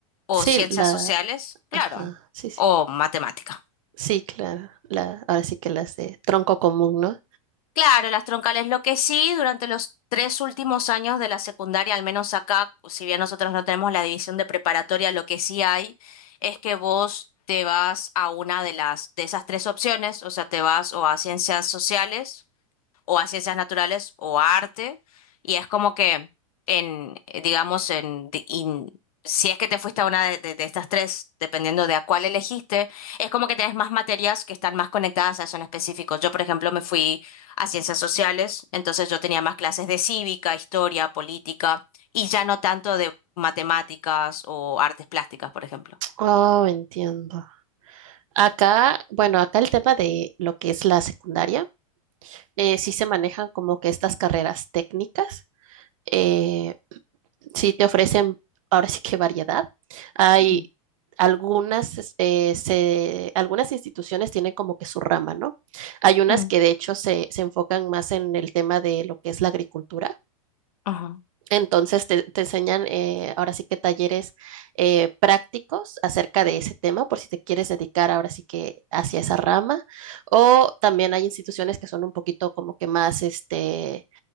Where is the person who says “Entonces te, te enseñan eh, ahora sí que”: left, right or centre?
Right